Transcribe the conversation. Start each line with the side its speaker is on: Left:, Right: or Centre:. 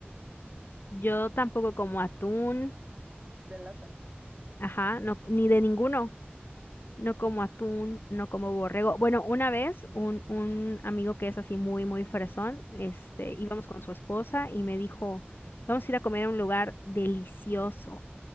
Left: yo tampoco como atún,
Right: De lata.
Left: ajá, no, ni de ninguno. No como atún, no como borrego. Bueno, una vez un, un amigo que es así muy, muy fresón, este,
Right: Ajá.
Left: íbamos con su esposa y me dijo, vamos a ir a comer a un lugar delicioso.